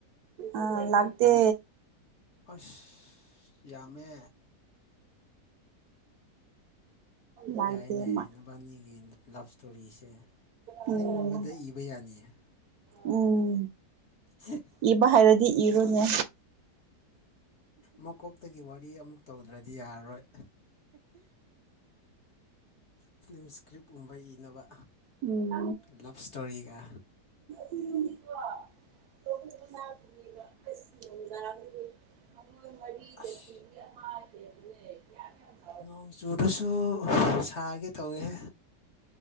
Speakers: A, on the right; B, on the left.
A: ꯑꯥ ꯂꯥꯛꯇꯦ꯫
B: ꯑꯁ ꯌꯥꯝꯃꯦ꯫
A: ꯂꯥꯛꯇꯦ
B: ꯌꯥꯏꯅꯦ
A: ꯃꯥ
B: ꯅꯕꯥꯅꯤꯒꯤ ꯌꯥꯏꯑꯦ ꯅꯕꯅꯤꯒꯤ ꯂꯞ ꯏꯁꯇꯣꯔꯤꯁꯦ ꯐꯤꯂꯝꯒꯨꯝꯕꯗ
A: ꯎꯝ
B: ꯏꯕ ꯌꯥꯅꯤꯌꯦ꯫
A: ꯎꯝ
B: ꯍ <unintelligible>
A: ꯏꯕ ꯍꯥꯏꯔꯗꯤ ꯏꯔꯣꯅꯦ꯫
B: ꯃꯀꯣꯛꯇꯒꯤ ꯋꯥꯔꯤ ꯑꯃꯨꯛ ꯇꯧꯗ꯭ꯔꯗꯤ ꯌꯥꯔꯔꯣꯏ꯫ ꯐꯤꯂꯝ ꯏꯁꯀ꯭ꯔꯤꯞ ꯄꯨꯝꯕ ꯏꯅꯕ
A: ꯎꯝ
B: ꯂꯞ ꯏꯁꯇꯣꯔꯤꯒ
A: <inaudible> <unintelligible>
B: ꯑꯁ ꯅꯣꯡ ꯆꯨꯗꯁꯨ ꯁꯥꯒꯦ ꯇꯧꯋꯦ ꯍꯦ꯫